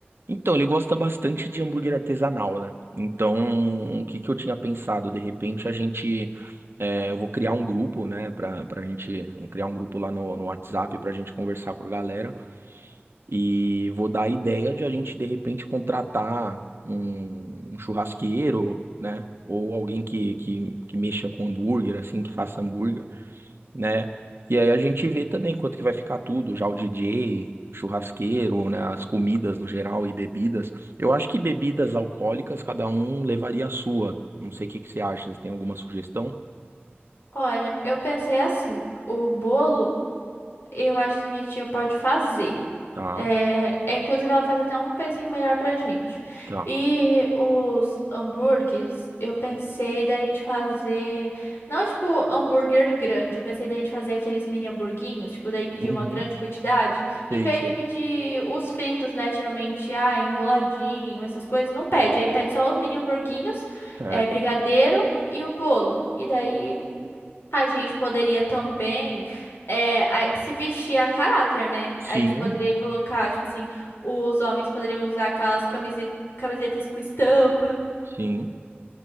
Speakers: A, on the right; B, on the left.
A: Então, ele gosta bastante de hambúrguer artesanal, né? Então, o que que eu tinha pensado? De repente, a gente. é, eu vou criar um grupo, né? Pra, pra gente. Criar um grupo lá no, no WhatsApp pra gente conversar com a galera. E vou dar a ideia de a gente, de repente, contratar um, um churrasqueiro, né? Ou alguém que, que, que mexa com hambúrguer, assim, que faça hambúrguer né? E aí a gente vê também quanto que vai ficar tudo, já o DJ, o churrasqueiro, né, as comidas no geral e bebidas. Eu acho que bebidas alcoólicas cada um levaria a sua. Não sei o que que você acha, você tem alguma sugestão?
B: Olha, eu pensei assim: o bolo. Eu acho que minha tia pode fazer.
A: Tá,
B: É, é, inclusive, ela faz até um precinho melhor pra gente.
A: tá.
B: E os hambúrgueres, eu pensei da gente fazer. Não tipo hambúrguer grande, eu pensei da gente fazer aqueles mini hamburguinhos, tipo, daí pedir
A: Uhum.
B: uma grande quantidade.
A: Sei,
B: Em vez
A: sei.
B: de pedir os fritos, né? Geralmente, ah, enroladinho, essas coisas, não pede. Aí pede só os mini hamburguinhos,
A: Certo.
B: é, brigadeiro e o bolo. E daí. A gente poderia também é, a- se vestir a caráter, né?
A: Sim,
B: A gente poderia colocar, tipo assim, os homens poderiam usar aquelas camise- camisetas com estampa.
A: sim.